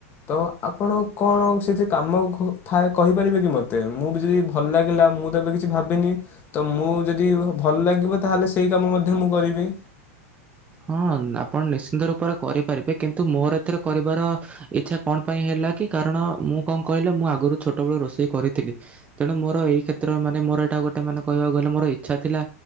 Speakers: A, on the left; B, on the right.
A: ତ ଆପଣ କଣ ସେ ଯ କାମ ଥାଏ କହିପାରିବେ କି ମତେ ମୁଁ ବି ଯଦି ଭଲ ଲାଗିଲା ମୁଁ ତ ଏବେ କିଛି ଭାବିନି। ତ ମୁଁ ଯଦି ଭଲ ଲାଗିବ ତାହେଲେ ସେଇ କାମ ମଧ୍ୟ ମୁଁ କରିବି।
B: ହଁ ଆପଣ ନିଶ୍ଚିନ୍ତ ରୂପରେ କରିପାରିବେ କିନ୍ତୁ ମୋର ଏଥିରେ କରିବାର ଇଚ୍ଛା କଣ ପାଇଁ ହେଲା କି କାରଣ ମୁଁ କଣ କହିଲେ ମୁଁ ଆଗରୁ ଛୋଟବେେଳ ରୋଷେଇ କରିଥିଲି। ତେଣୁ ମୋ ଏଇ କ୍ଷେତ୍ରରେ ମାନ ମୋର ଏଇଟ ଗୋଟେ ମାନେହିବାକୁ ଗଲେ ମୋର ଇଚ୍ଛାଥିଲା